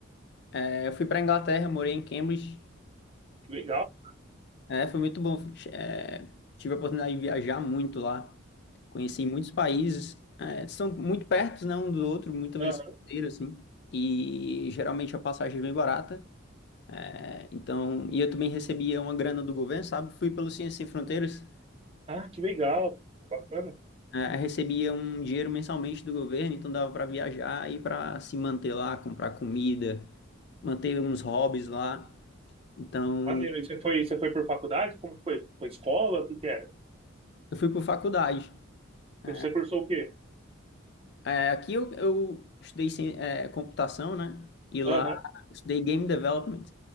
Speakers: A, on the left (about 55°); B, on the right (about 30°).
A: É, eu fui para Inglaterra, morei em Cambridge.
B: Que legal.
A: É, foi muito bom. É, tive a oportunidade de viajar muito lá. Conheci muitos países. É, são muito pertos, né, um do outro, muitas vezes
B: Aham.
A: inteiro, assim. E geralmente a passagem é bem barata. É, então, e eu também recebia uma grana do governo, sabe? Fui pelo Ciência Sem Fronteiras.
B: Ah, que legal. Bacana.
A: eh, recebia um dinheiro mensalmente do governo, então dava para viajar e para se manter lá, comprar comida, manter uns hobbies lá. Então,
B: Maneiro. E você foi, você foi por faculdade? Como foi? Foi escola? O que que era?
A: eu fui por faculdade. É,
B: Você você cursou o quê?
A: é, aqui eu, eu estudei ci- é, computação, né? E lá
B: Aham.
A: eu estudei game development.